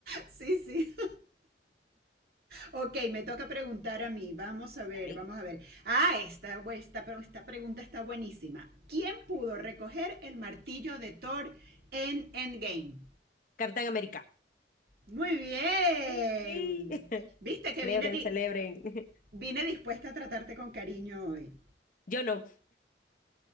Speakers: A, on the right; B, on the left.
A: Sí, sí. Ok, me toca preguntar a mí. Vamos a ver,
B: <laughs> Dale.
A: vamos a ver. Ah, esta, esta, esta pregunta está buenísima. ¿Quién
B: A
A: pudo
B: ver.
A: recoger el martillo de Thor en Endgame?
B: Capitán América.
A: Muy bien.
B: Sí, <laughs> sí.
A: Viste
B: Celebren,
A: que vine, di-
B: celebren. <laughs>
A: vine dispuesta a tratarte con cariño hoy.
B: Yo no,